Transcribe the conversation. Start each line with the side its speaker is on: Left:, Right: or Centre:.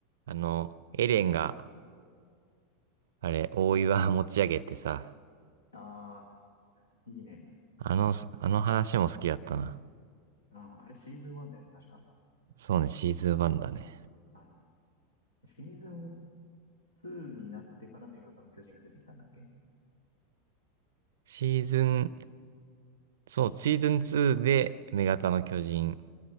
Right: あの、エレンが、あれ、大岩持ち上げてさ、
Left: ああー、いいね。
Right: あの、あの話も好きだったな。
Left: うん、あれシーズン1だよね、確か。
Right: そうね、シーズン1だね。
Left: あー、シーズン2になってから女型の巨人が出てきたんだっけ
Right: シーズン、そう、シーズン2で、女型の巨人